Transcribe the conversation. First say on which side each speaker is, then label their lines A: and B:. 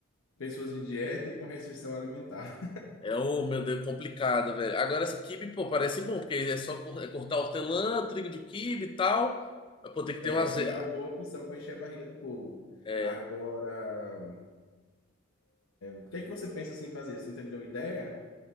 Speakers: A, on the left; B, on the left.
A: pessoas em dieta e com restrição alimentar.
B: É, o meu Deus, complicado, velho. Agora, esse quibe, pô, parece bom, porque é só cor- é cortar hortelã, trigo de quibe e tal. Mas, pô, tem que
A: É,
B: ter um azeite.
A: quibe é uma boa opção para encher a barriga do povo.
B: É,
A: Agora, Por que é que você pensa assim em fazer? Você não tem nenhuma ideia?